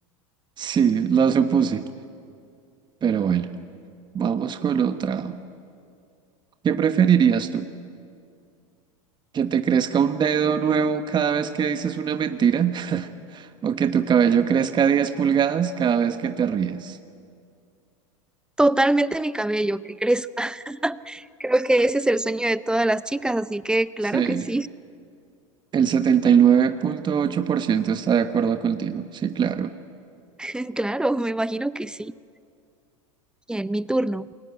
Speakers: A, on the right (about 25°); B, in the centre.
A: Sí, la supuse, pero bueno, vamos con otra. ¿Qué preferirías tú? ¿Que te crezca un dedo nuevo cada vez que dices una mentira? <laughs> ¿O que tu cabello crezca 10 pulgadas cada vez que te ríes?
B: <laughs> Totalmente mi cabello, ¿qué crees? Creo que ese es el sueño de todas las chicas, así que claro
A: Sí,
B: que sí,
A: el setenta y nueve punto ocho por ciento está de acuerdo contigo. Sí, claro.
B: <laughs> claro, me imagino que sí. Bien, mi turno.